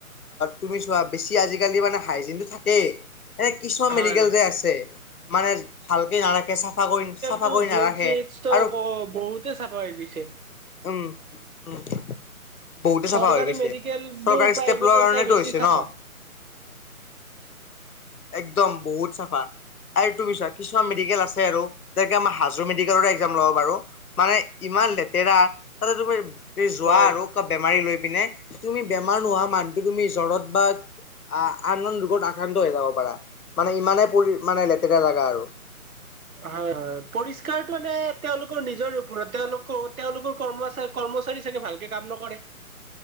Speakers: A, on the left (about 75°); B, on the right (about 70°).
A: তুমি চোৱা বেছি আজিকালি মানে হাইজিনটো থাকেই এনে কিছুমান মেডিকেল
B: হয় হয়।
A: যে আছে মানে ভালকে নাৰাখে চাফা কৰি চাফা
B: টো
A: কৰি
B: জি
A: নাৰাখে
B: এম চি এই
A: আৰু
B: অ বহুতে চাফা হৈ গৈছে
A: উম উম বহুতে
B: চৰকাৰী
A: চাফা হৈ গৈছে
B: মেডিকেল
A: চৰকাৰী
B: বোৰ প্ৰাইভেটৰ
A: ষ্টেপ লোৱা কাৰণটো
B: চাই বেছি
A: হৈছে
B: চাফা
A: ন একদম বহুত চাফা আৰু তোৰ বিছ কিছুমান মেডিকেল আছে আৰু যেনেকে আমাৰ হাজৰি মেডিকেলৰ এক্জাম লব বাৰু মানে ইমান লেতেৰা তাতে তুমি তুম যোৱা
B: হয়।
A: আৰু ক বেমাৰী লৈ পিনে তুমি বেমাৰ নোহোৱা মানুহটো তুমি জ্বৰত বা আ আন আন ৰোগত আক্ৰান্ত হৈ যাব পাৰা মানে ইমানে পৰি মানে লেতেৰা জাগা আৰু
B: অ হয় হয় পৰিষ্কাৰটো মানে তেওঁলোকৰ নিজৰ প তেওঁলোকৰ তেওঁলোকৰ কৰ্মচাৰ কৰ্মচাৰী চাগে ভালকে কাম নকৰে